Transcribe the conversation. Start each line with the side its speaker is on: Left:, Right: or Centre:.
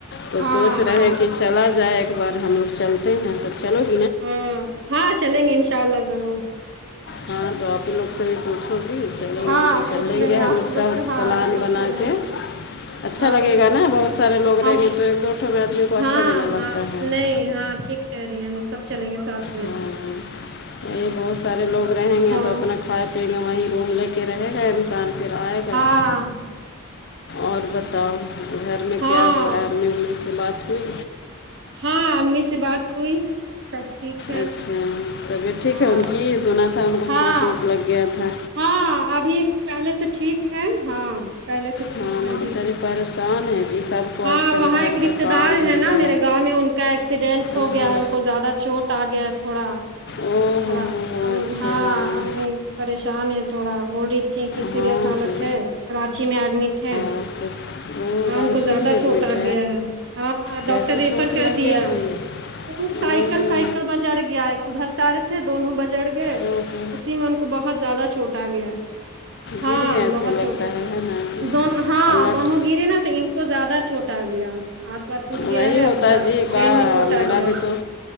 Left: تو
Right: ہاں
Left: سوچ رہے
Right: ہاں
Left: ہیں کہ چلا جائے ایک بار ہم لوگ چلتے ہیں تو چلو تینا
Right: ہاں ہاں چلیں گے انشاء اللہ ضرور
Left: ہاں تو آپ لوگ سے بھی پوچھوگی چلیں
Right: ہاں
Left: گے تو چلیں
Right: پوچھ لیں
Left: گے ہم
Right: آپ
Left: لوگ سب
Right: سے ہاں
Left: پلان
Right: وہ سب
Left: بنا
Right: چلیں
Left: کے
Right: گے
Left: اچھا
Right: ہاں
Left: لگے نا بہت سارے لوگ
Right: ہم
Left: رہیں گے تو ایک دوٹوں میں آدمی کو اچھا
Right: ہاں
Left: بھی نہ
Right: ہاں
Left: لگتا
Right: نہیں
Left: ہے
Right: ہاں ٹھیک کہہ رہی ہے ہم لوگ سب چلیں گے ساتھ میں
Left: ہاں وہی بہت سارے لوگ رہیں گے
Right: ہاں
Left: تو اپنا کھائے پییں گے وہیں روم لے کے رہے گا انسان پھر آئے گا
Right: ہاں
Left: اور بتاؤ گھر میں
Right: ہاں
Left: کیا ہو رہا ہے ہم نے امی سے بات ہوئی
Right: ہاں امی سے بات ہوئی ٹھیک ہے
Left: اچھا طبیعت ٹھیک
Right: ہاں
Left: ہے ان کی سنا تھا ان کو
Right: ہاں
Left: چوٹ ووٹ لگ گیا تھا
Right: ہاں ابھی پہلے سے ٹھیک ہے ہاں پہلے سے ٹھیک
Left: ہاں
Right: ہے
Left: نا
Right: ابھی
Left: بیچاری پریشان ہیں جی سب کو
Right: ہاں
Left: آج کل
Right: وہاں
Left: گھر
Right: ایک
Left: کا
Right: رشتے
Left: کام
Right: دار
Left: دھندا
Right: ہے نا میرے گاؤں میں کا ایکسیڈینٹ ہو
Left: اوہو
Right: گیا ہے ان کو زیادہ چوٹ آ گیا ہے تھوڑا
Left: او
Right: تو تھوڑا
Left: ہو ہو ہو اچھا
Right: ہاں امی پریشان ہیں تھوڑا بول رہی تھی کہ سیریس
Left: ہاں
Right: حالت
Left: جی
Right: ہے کرانچی میں ایڈمٹ ہے
Left: <unintelligible>
Right: کان
Left: رانچی
Right: کو زیادہ
Left: میں ایڈمٹ
Right: چوٹ آ گیا ہے ہاں
Left: کیسے
Right: ڈاکٹر ریفر
Left: چوٹ
Right: کر
Left: لگ
Right: دیا
Left: گیا جی
Right: وہ سائیکل
Left: او ہو
Right: سائیکل ب چڑ گیا ہے ادھر سارے تھے دونوں بجڑ گئے
Left: او ہو
Right: اسی میں ان کو بہت زیادہ چوٹ آ گیا ہاں
Left: گر گئے
Right: بہت
Left: تھے لگتا
Right: چھوٹا آ
Left: ہے
Right: گیا
Left: ہے نا
Right: دون ہاں
Left: اللہ
Right: دونوں گرے نا تو ان کو زیادہ چوٹ آ گیا ہاتھ واتھ ٹوٹ گیا
Left: وہی
Right: ہے
Left: ہوتا
Right: پورا
Left: جی کا
Right: برین میں چوٹ
Left: میرا
Right: آ گیا
Left: بھی
Right: ہے
Left: تو